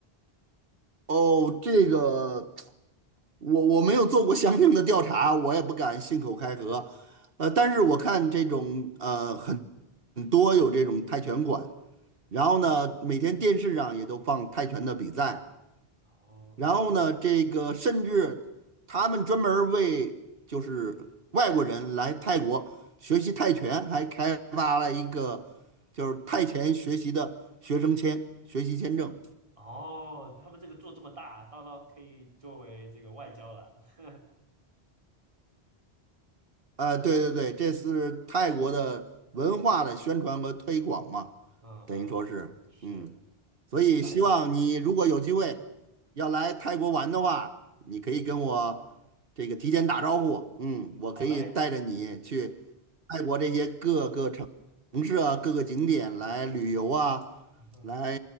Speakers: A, on the right; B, on the right.
A: 哦，这个我我没有做过相应的调查，我也不敢信口开河，呃，但是我看这种呃很很多有这种泰拳馆，然后呢，每天电视上也都放泰拳的比赛。
B: 哦，OK，
A: 然后呢，这个甚至他们专门儿为就是外国人来泰国学习泰拳，还开发了一个就是泰拳学习的学生签、学习签证。
B: 哦，他们这个做这么大，到到可以作为这个外交了。<laughs>
A: 呃，对对对，这是泰国的文化的宣传和推广嘛，
B: 嗯嗯嗯，
A: 等于说是，
B: 是，
A: 嗯，所以希望你如果有机会要来泰国玩的话，
B: 这个还挺
A: 你可以跟我这个提前打招呼，嗯，我可以带着你去泰国这些各个城城市啊、
B: 好嘞。
A: 各个景点来旅游啊，
B: 嗯，
A: 来